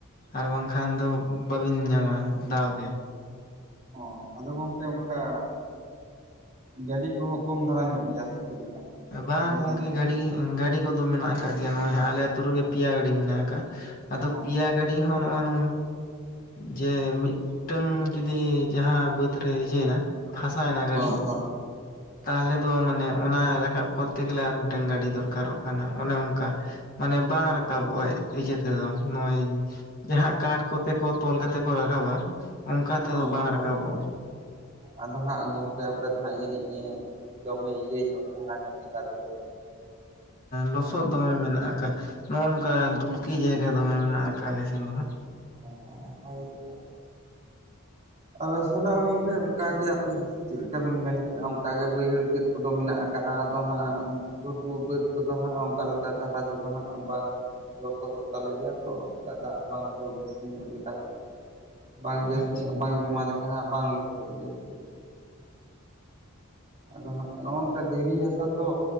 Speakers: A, on the left; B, on the right.
A: ᱟᱨ ᱵᱟᱝᱠᱷᱟᱱ ᱫᱚᱼᱼ ᱵᱟᱹᱧ ᱧᱟᱢᱟ ᱫᱟᱣᱜᱮ᱾
B: ᱚ ᱟᱫᱚ ᱜᱚᱝᱠᱮ ᱚᱱᱠᱟ ᱜᱟᱹᱰᱤ ᱠᱚᱦᱚᱸ ᱠᱚᱢ ᱫᱷᱟᱨᱟ ᱧᱚᱜ ᱜᱮᱭᱟ ᱥᱮ? ᱪᱮᱫ ᱞᱮᱠᱟ?
A: ᱵᱟᱝ
B: ᱟᱯᱮ
A: ᱜᱚᱝᱠᱮ
B: ᱥᱮᱱ ᱫᱚ?
A: ᱜᱟᱹᱰᱤᱼᱼ ᱜᱟᱹᱰᱤ ᱠᱚᱫᱚ ᱢᱮᱱᱟᱜ ᱟᱠᱟᱫ ᱜᱮᱭᱟ ᱱᱚᱜᱚᱭ ᱦᱟᱜ ᱟᱞᱮ ᱟᱛᱳ ᱨᱮᱜᱮ ᱯᱮᱭᱟ ᱜᱟᱹᱰᱤ ᱢᱮᱱᱟᱜ ᱟᱠᱟᱫ ᱟᱫᱚ
B: ᱚ
A: ᱯᱮᱭᱟ ᱜᱟᱹᱰᱼᱼ ᱟᱹᱰᱤ ᱦᱚᱸ ᱱᱚᱜ-ᱚ ᱱᱚᱝ ᱡᱮ ᱢᱤᱫ ᱴᱟᱝ ᱡᱩᱫᱤ ᱡᱟᱦᱟᱸ ᱵᱟᱹᱫᱽ ᱨᱮ ᱤᱭᱟᱹᱤᱭᱮᱱᱟ ᱯᱷᱟᱥᱟᱭᱮᱱᱟ ᱜᱟᱹᱰᱤ
B: ᱦᱳᱭ ᱦᱳᱭ᱾
A: ᱛᱟᱦᱚᱞᱮ ᱫᱚ ᱢᱟᱱᱮ ᱚᱱᱟ ᱨᱟᱠᱟᱵ ᱠᱚᱨᱛᱮ ᱜᱮᱞᱮ ᱟᱨ ᱢᱤᱫᱴᱟᱝ ᱜᱟᱹᱰᱤ ᱫᱚᱨᱠᱟᱨᱚᱜ ᱠᱟᱱᱟ, ᱚᱱᱮ ᱚᱱᱠᱟ ᱢᱟᱱᱮ ᱵᱟᱝ ᱨᱟᱠᱟᱵᱚᱜ ᱟᱭ᱾ ᱱᱤᱡᱮ ᱛᱮᱫᱚ ᱱᱚᱜ-ᱚᱭ ᱡᱟᱦᱟᱸ ᱠᱟᱴ ᱠᱚᱛᱮ ᱠᱚ ᱛᱚᱞ ᱠᱟᱛᱮ ᱠᱚ ᱨᱟᱠᱟᱵᱟ ᱚᱱᱠᱟ ᱛᱮᱫᱚ
B: ᱚ
A: ᱵᱟᱝ
B: ᱦᱳᱭ
A: ᱨᱟᱠᱟᱵᱚᱜᱼᱟ᱾
B: ᱟᱫᱚ ᱦᱟᱸᱜ ᱜᱚᱝᱠᱮ ᱟᱯᱮ ᱫᱚ ᱦᱟᱸᱜ ᱡᱟᱹᱱᱤᱡ ᱫᱚᱢᱮ ᱤᱭᱟᱹ ᱧᱚᱜ ᱫᱷᱟᱨᱟ ᱧᱚᱜ ᱜᱮᱛᱟ ᱯᱮᱭᱟᱭ᱾
A: ᱞᱚᱥᱚᱫ ᱫᱚᱢᱮ ᱢᱮᱱᱟᱜ ᱟᱠᱟᱫ, ᱱᱚᱜᱼᱚ ᱱᱚᱝᱠᱟ ᱫᱩᱞᱠᱤ ᱡᱟᱭᱜᱟ ᱫᱚᱢᱮ ᱢᱮᱱᱟᱜ ᱟᱠᱟᱫ ᱟᱞᱮ ᱥᱮᱱ ᱫᱚ ᱦᱟᱸᱜ᱾
B: ᱚ ᱦᱳᱭ ᱛᱚ᱾ ᱟᱞᱮ ᱥᱮᱱᱟᱜ ᱦᱚ ᱜᱚᱝᱠᱮ ᱚᱝᱠᱟ ᱜᱮ ᱟᱯᱮ ᱪᱮᱫ ᱞᱮᱠᱟ ᱵᱤᱱ ᱢᱮᱱ ᱠᱮᱫᱮᱜᱼᱟ, ᱚᱱᱠᱟ ᱜᱮ ᱵᱟᱹᱭᱦᱟᱹᱲ ᱠᱷᱮᱛ ᱠᱚᱫᱚ ᱢᱮᱱᱟᱜ ᱟᱠᱟᱜᱼᱟ ᱟᱫᱚ ᱦᱟᱸᱜ ᱜᱷᱩᱴᱩ ᱵᱟᱹᱫᱽ ᱠᱚᱫᱚ ᱦᱟᱸᱜ ᱚᱱᱠᱟ ᱞᱮᱠᱟ ᱫᱷᱟᱨᱟ ᱛᱮᱫᱚ ᱦᱟᱸᱜ ᱵᱟᱝ ᱞᱚᱥᱚᱫᱚᱜ ᱛᱟᱞᱮ ᱜᱮᱭᱟ ᱛᱚ ᱚᱱᱠᱟ ᱫᱟᱜ ᱵᱟᱝ ᱠᱚ ᱵᱤᱥᱤᱱ ᱚᱜ ᱞᱮᱠᱟ ᱫᱚ᱾ ᱵᱟᱝ ᱡᱟᱹᱥᱛᱤ
A: ᱟᱪᱪᱷᱟ
B: ᱧᱚᱜ ᱵᱟᱝ ᱡᱚᱢᱟ ᱞᱮᱠᱷᱟᱱ ᱵᱟᱝ ᱞᱚᱥᱚᱫᱚᱜ ᱜᱮᱭᱟ᱾ ᱟᱫᱚ ᱦᱟᱸᱜ ᱱᱚᱜᱼᱚ ᱱᱚᱝᱠᱟ ᱫᱷᱤᱨᱤ ᱦᱟᱥᱟ ᱛᱚ,